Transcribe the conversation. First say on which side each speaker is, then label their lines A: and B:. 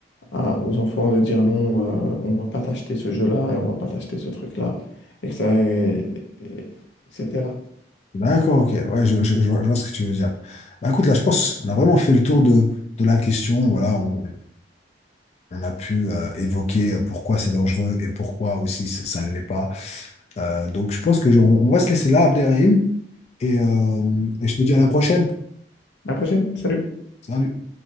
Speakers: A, on the left (about 85°); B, on the left (about 40°).
A: à- aux enfants de dire non, euh, on va pas t'acheter ce jeu-là et on va pas t'acheter ce truc-là, et que ça, et- et- etc.
B: D'accord, ok. Ouais, je, je- je vois, je vois ce que tu veux dire. Bah, écoute, là, je pense qu'on a vraiment fait le tour de, de la question. Voilà, on, On a pu euh, évoquer euh, pourquoi c'est dangereux et pourquoi aussi c- ça ne l'est pas. Euh, donc je pense que je- on va se laisser là, Abderrahim, et, euh, et je te dis à la prochaine.
A: À la prochaine, salut!
B: Salut.